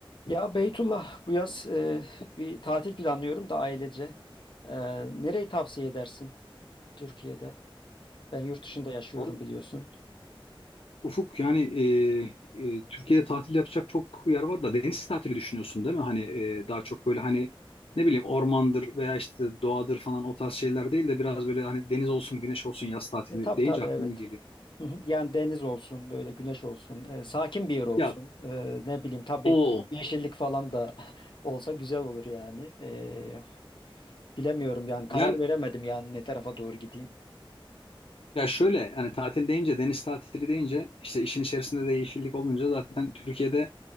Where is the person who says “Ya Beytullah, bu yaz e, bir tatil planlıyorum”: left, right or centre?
Left